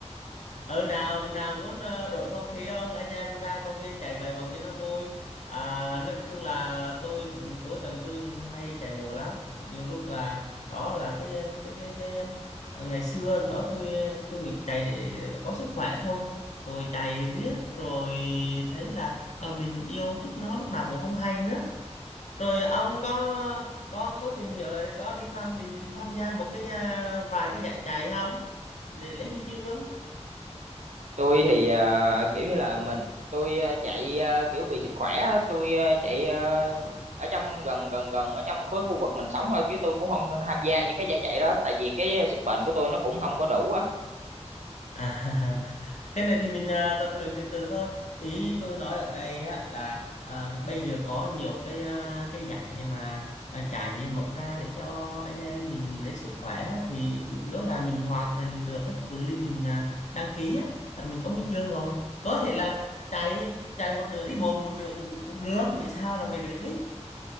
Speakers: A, on the left; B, on the right.
A: ừ nào nào muốn ờ, đổi không khí không anh em ra công viên chạy vài vòng cho nó vui à, nói chung là tôi cũng cuối tuần tôi cũng hay chạy bộ lắm nhiều lúc là đó là cái cái cái, cái ờ, ngày xưa đó tôi tôi nghĩ chạy để có sức khỏe thôi rồi chạy riết rồi thấy là ờ, mình yêu thích nó lúc nào cũng không hay nữa rồi ông có có có tìm hiểu là có đi tham định tham gia một cái à, vài cái giải chạy không để lấy huy chương
B: tôi thì ờ, kiểu như là mình tôi ờ, chạy ờ, kiểu vì sức khỏe á, tôi ờ, chạy ờ, ở trong gần gần gần ở trong khối khu vực mình sống thôi chứ tôi cũng không tham gia những cái giải chạy đó tại vì cái ờ, sức bền của tôi nó cũng không có đủ á
A: à <laughs> cái này thì mình à, tập luyện từ từ thôi ý tôi nói ở đây á, là à, bây giờ có nhiều cái à, cái dạy mà à, chạy mở ra để cho anh em mình lấy sức khỏe á, thì chủ yếu là mình hoàn thành được cái cự ly mình à, đăng ký á, là mình có huy chương rồi có thể là chạy chạy một nửa đi bộ một nửa cũng cũng được vì sao là về được đích